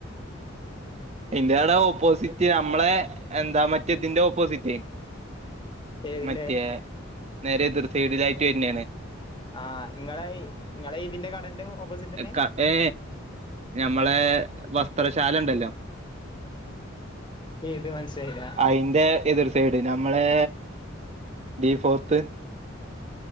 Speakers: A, on the right; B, on the left.
A: ഇന്റെടെ ഓപ്പോസിറ്റ് ന്നമ്മളെ എന്താ മറ്റേതിന്റെ ഓപ്പോസിറ്റ്.
B: ഏതിന്റെ
A: മറ്റേ നേരെ എദിർസൈഡിലായിട്ട് വര്ന്നേണ്.
B: ആഹ്‌, ങ്ങളെ ങ്ങളെ ഇതിന്റെ കടൻ്റെ ഓപ്പോസിറ്റന്നെ?
A: ക- ഏ ഞമ്മളെ വസ്ത്രശാലണ്ടല്ലോ.
B: ഏത് മനസ്സിലായ്ല്ലാ.
A: അയിന്റെ എതിർ സൈഡ് ഞമ്മളെ ബീ ഫോർത്ത്.